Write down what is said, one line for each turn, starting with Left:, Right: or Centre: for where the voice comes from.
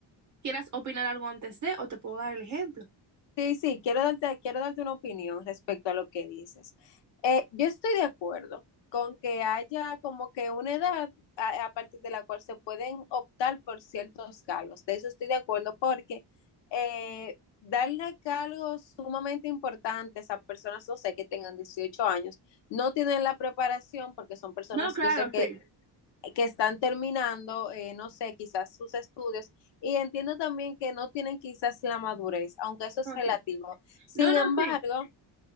Right: quieras opinar algo antes de o te puedo dar el ejemplo.
Left: Sí, sí, quiero darte, quiero darte una opinión respecto a lo que dices. Eh, yo estoy de acuerdo con que haya como que una edad a, a partir de la cual se pueden optar por ciertos cargos. De eso estoy de acuerdo porque eh, darle cargos sumamente importantes a personas, no sé, que tengan 18 años, no tienen la preparación porque son personas,
Right: No, claro,
Left: yo sé que
Right: sí.
Left: que están terminando, eh, no sé, quizás sus estudios, y entiendo también que no tienen quizás la madurez, aunque eso es
Right: No,
Left: relativo.
Right: sí.
Left: Sin
Right: No, no,
Left: embargo,
Right: sí.